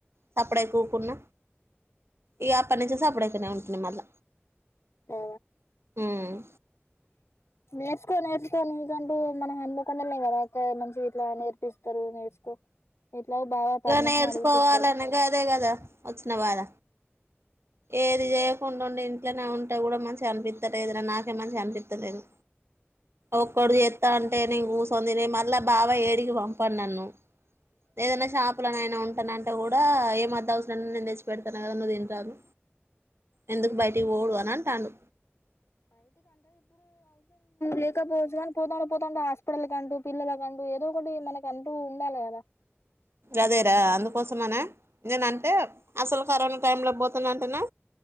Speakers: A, on the right; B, on the left.
A: సప్పుడేక ఊకున్న ఇక అప్పటి నుంచి సప్పుడెక్కనే ఉంటున్న మళ్ళ
B: ఆ
A: ఉమ్
B: నేర్చుకో నేర్చుకో నీకంటూ మన హన్మకొండల్నే కదా అక్క మంచిగ ఇట్లా నేర్పిస్తారు నేర్చుకో ఇట్లా బాగా పర్మిషన్
A: నేర్చుకోవాలే
B: అడిగితే ఇత్తడు
A: అనే కదా వచ్చిన బాధ ఏది చేయకుండా ఉండే ఇంట్లోనే ఉంటే కూడా మంచిగా అనిపిత్త లేదురా నాకే మంచిగా అనిపిస్తలేదు ఒక్కడు చెత్తంటేనే నేను కూ <unintelligible> మళ్ళ బావ ఏడికి పంపడు నన్ను ఏదన్నా షాపులనైనా ఉంట నంటే కూడా ఎమొద్దు అవసరలే నేను తెచ్చి పెడతాన కదా నువ్వు తినరాదు ఎందుకు బయటి పోవుడు అని అంటాడు
B: లేకపోవచ్చ కాని పోతాంటే పోతాంటే హాస్పిటల్ కంటూ పిల్లలకంటూ ఏదో ఒకటి మనకంటూ ఉండాలి కదా
A: అదేరా అందుకోసమనే నేనంటే అసలు కరోనా టైంలోనే పోతనంటేనే